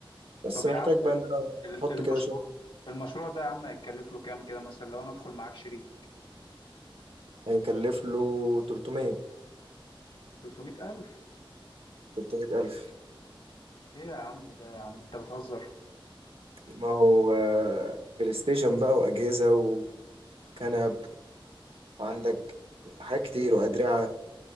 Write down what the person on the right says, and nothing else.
بس
محتاج
بقى ان انا
احط
كده شوية
هيكلف له 300
300000
ما هو آه، بلاي ستيشن بقى وأجهزة وكنب وعندك حاجات كتير وأدرعة